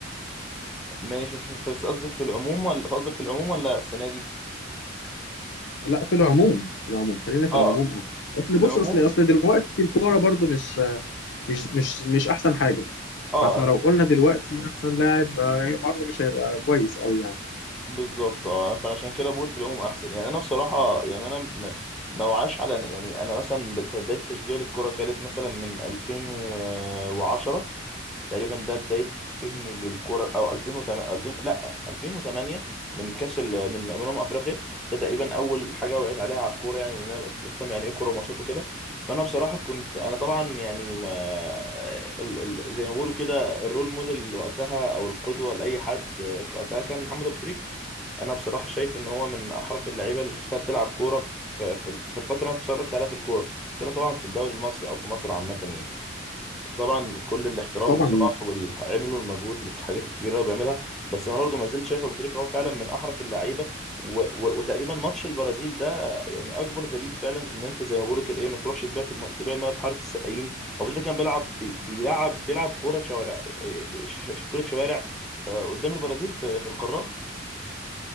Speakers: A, in the centre; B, on the left.
A: ماشي مفيش مشكلة. بس قصدك في العموم ولا قصدك في العموم ولا السنه دي
B: لا في العموم في العموم خلينا في
A: اه
B: العموم اه اصل
A: في
B: بص
A: العموم
B: اصل اصل دلوقتي الكوره برضو مش مش مش مش احسن حاجه
A: اه
B: فاحنا
A: انا
B: لو قلنا دلوقتي احسن لاعب آه، برضه مش هيبقى كويس قوي يعني
A: بالظبط اه فعشان كده بقول في العموم احسن يعني انا بصراحه يعني انا م- ما وعاش على يعني انا مثلا بدايه تشجيع الكره كانت مثلا من 2010 تقريبا ده بداية فهمي للكرة أو 2008 2000 لا 2008 من كأس ال- من من أمم أفريقيا ده تقريبا أول حاجة وعيت عليها على الكورة يعني إن أنا بفهم يعني إيه كورة وماتشات وكده فأنا بصراحة كنت أنا طبعا يعني ما ال... ال... زي ما بيقولوا كده الرول موديل وقتها أو القدوة لأي حد وقتها كان محمد أبو تريكة أنا بصراحة شايف إن هو من أحرف اللعيبة اللي شفتها بتلعب كورة في في في الفترة اللي أنا اتفرجت عليها في الكورة كان طبعا في الدوري المصري أو في مصر عامة يعني وطبعا كل الاحترام
B: طبعا
A: لصلاح واللي عمله والمجهود والحاجات الكبيره اللي هو بيعملها بس انا برضو ما زلت شايف ابو تريكه هو فعلا من احرف اللعيبه و... و... وتقريبا ماتش البرازيل ده يعني اكبر دليل فعلا ان انت زي ما بيقولوا كده ايه ما تروحش تبيع الم... تبيع الميه في حاره السقايين ابو تريكه كان بيلعب بي... بيلعب بيلعب كوره شوارع إيه، ب- ش... ش... كوره شوارع آه، قدام البرازيل في... في القارات